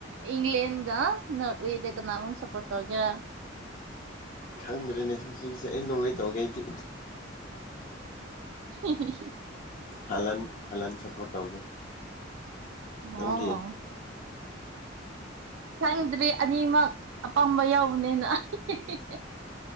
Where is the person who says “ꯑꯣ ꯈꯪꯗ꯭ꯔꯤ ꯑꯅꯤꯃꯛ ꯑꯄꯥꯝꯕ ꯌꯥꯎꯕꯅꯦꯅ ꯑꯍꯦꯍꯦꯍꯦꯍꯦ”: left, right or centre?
Right